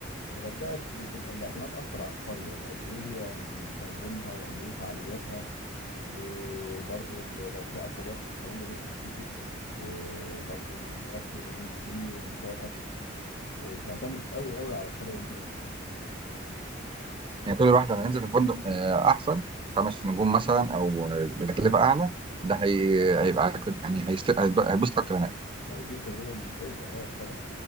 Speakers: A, on the left; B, on the right.
A: الغردقة بتبقى الاعتماد اكتر على القرية وقد ايه هي تنظيمها وقد ايه فعالياتها وبرضو ال- لو فيها اكوا بارك الكلام ده بيفرق كتير جدا وبرضو الاكل والاوبن بوفيه ومستوى الاكل آه، بتعتمد قوي قوي على القرية اللي انت نازل فيها
B: يعني كل واحد لما ينزل في فندق آه، احسن خمس نجوم مثلا او بتكلفه اعلى ده هي... هيبقى كت- يعني هيست- هيبقى- هيتبسط اكتر هناك
A: يعني دي تجربة ممتازة اه طبعا